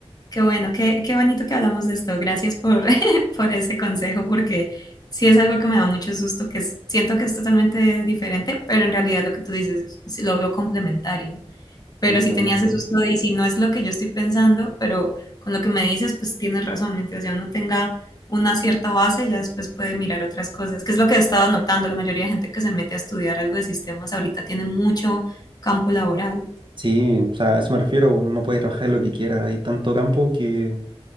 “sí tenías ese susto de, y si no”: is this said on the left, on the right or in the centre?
Left